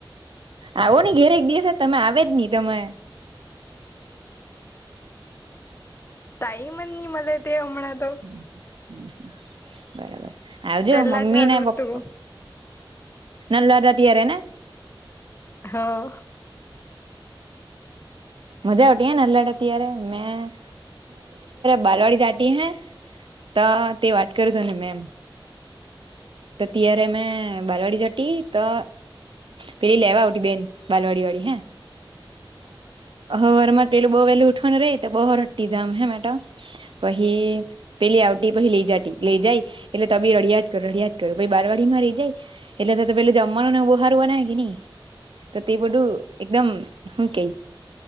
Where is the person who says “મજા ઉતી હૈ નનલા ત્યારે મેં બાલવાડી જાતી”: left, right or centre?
Right